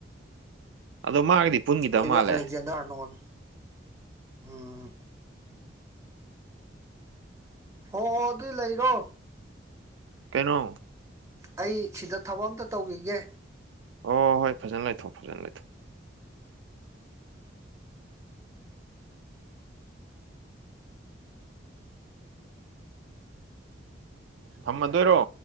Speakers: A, on the right; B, on the right.
A: ꯑꯗꯣ ꯃꯥꯒꯗꯤ ꯄꯨꯟꯈꯤꯗꯕ
B: ꯑꯗꯨꯗꯤ
A: ꯃꯥꯜꯂꯦ
B: ꯑꯂꯦꯛꯖꯦꯟꯗꯔ ꯅꯣꯟ ꯎꯝ ꯍꯣꯏ ꯍꯣꯏ ꯑꯗꯨꯏ ꯂꯩꯔꯣ
A: ꯀꯩꯅꯣ
B: ꯑꯩ ꯁꯤꯗ ꯊꯕꯛ ꯑꯝꯇ ꯇꯧꯈꯤꯒꯦ
A: ꯑꯣ ꯍꯣꯏ ꯐꯖꯅ ꯂꯩꯊꯣꯛ ꯐꯖꯅ ꯂꯩꯊꯣꯛ ꯊꯝꯃꯗꯣꯏꯔꯣ